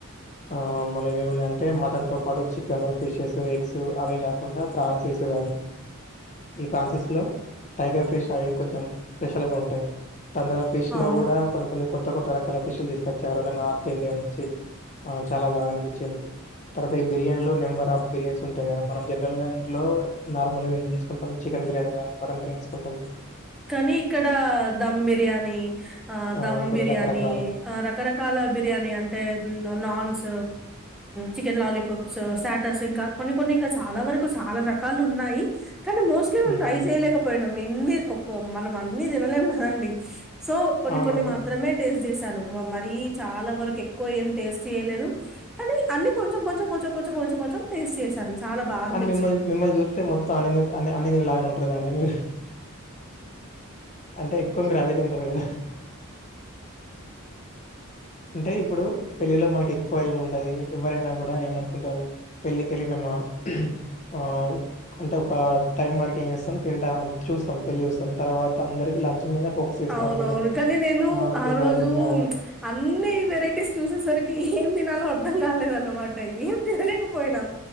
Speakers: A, on the left; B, in the centre.
A: ఆవేమున్నాయి అంటే మటన్ తో పాటు చికెన్ ఫిషెస్ ఎగ్స్ అవే కాకుండా ప్రాన్సీస్ గానీ ఈ ఫ్రాన్సిస్ లో టైగర్ ఫిష్ అవి కొంచెం స్పెషల్ గా ఉంటాయి తన ఫిష్
B: అవును.
A: లో కూడా కొన్ని కొన్ని కొత్ త్త కొత్త రకాల పిషులు తీసుకొచ్చారు నిన్నా నార్త్ ఇండియా నుంచి ఆ చాలా బాగా అనిపించింది తర్వాత ఈ బిర్యానీలో నెంబర్ ఆఫ్ బిర్యన్స్ ఉంటాయి కదా మనం జనరల్ గా ఇంట్లో నార్మల్ గా ఏం చేసుకుంటాం చెన్ బిర్యానీ కానీ మటన్ బిర్యానీ చెసుకుంటాం
B: కానీ ఇక్కడ దమ్ బిర్యాని ఆ
A: ఆహ్,
B: దమ్
A: కొన్ని
B: బిర్యాని
A: రకరకాలయి.
B: ఆ రకరకాల బిర్యాని అంటే నాన్స్ చికెన్ లాలీపాప్స్ స్టటర్స్ ఇంకా కొన్ని కొన్ని ఇంకా చాలా వరకు చాలా రకాలు ఉన్నాయ్ కానీ మోస్ట్లీ మేము
A: హ్మ్.
B: ట్రై చేయలేకపోయినాం ఎన్ని ఒక మనం అన్ని తినలేం కదండి సో కొన్ని
A: అవునవును.
B: కొన్ని మాత్రమే టేస్ట్ చేసాను మరీ చాలా వరకెక్ ఎక్కువ ఏం టేస్ట్ చేయలేదు కానీ అన్ని కొంచెం కొంచెం కొంచెం కొంచెం కొంచెం కొంచెం టేస్ట్ చేశాను చాలా బాగా
A: కానీ
B: అనిపించింది
A: మిమ్మల్ని మిమ్మల్ని చూస్తే మొత్తం అన్ని అన్నిదినె లాగానే ఉంటారు కదండి మీరు అంటే ఎక్కువ మీరు అవే తింటారు గదా అంటే ఇప్పుడు పెళ్ళిలో మనకి ఎక్కువ ఏముంటది ఎవరైనా కూడా ఏమనుకుంటారు పెళ్ళికెళ్ళినమా ఆ అంటే ఒక టైం వరకి ఎం తిస్తాం తింటా చూస్తాం పెళ్లి చూస్తాం తర్వాత అందరికి లంచ్ మీదనే ఫోకస్ చేస్తా
B: అవునవును
A: ఉంటారు.
B: కానీ నేను
A: అది
B: ఆ
A: తినాలి,
B: రోజు
A: ఇది తినాలి.
B: అన్ని వెరైటీస్ చూసేసరికి ఏం తినలో అర్ధం కాలేదన్నమాట ఎం తినలేకపోయినా